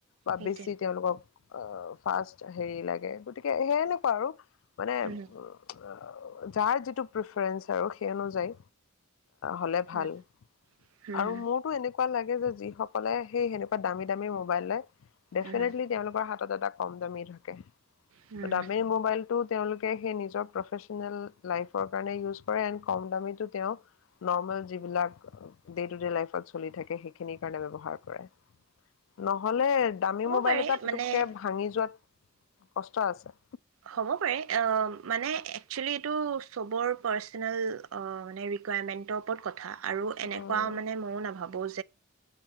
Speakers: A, on the left; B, on the right.
A: বা
B: সেইটোৱে
A: বেছি তেওঁলোকক অ', ফাৰ্ষ্ট হেৰি লাগে, গতিকে সেই এনেকুৱা আৰু। মানে
B: হুম
A: উ যাৰ যিটো প্ৰিফাৰেঞ্চ আৰু সেই অনুযায়ী, হ'লে
B: হুম
A: ভাল।
B: হুম
A: আৰু
B: হুম হুম
A: মোৰতো এনেক এনেকুৱা লাগে যে যিসকলে সেই সেনেকুৱা দামী দামী মোবাইল লৈ ডেফিনেটলি
B: হুম
A: তেওঁলোকৰ হাত এটা কম দামী থাকে।
B: হুম।
A: দামী মোবাইলটো তেওঁলোকে নিজৰ প্ৰফেচনেল লাইফৰ কাৰনে ইউচ কৰে এণ্ড কম দামিটো তেওঁৰ দামো নৰ্মেল যিবিলাক ডে টু ডে লাইফত চলি থাকে সেইখিনিৰ কাৰণে ব্যৱহাৰ কৰে নহ'লে দামী
B: হ'ব
A: মোবাইল
B: পাৰে
A: এটা পটুকে
B: মানে
A: ভাঙি যোৱাত কষ্ট আছে।
B: হ'ব পাৰে মানে এইটো ছবোৰ পাৰ্চনেল ৰেকুইৰেমেন্ত ওপৰত কথা আৰু এনেকুৱা
A: উম,
B: মানে মইও নাভাবোঁ।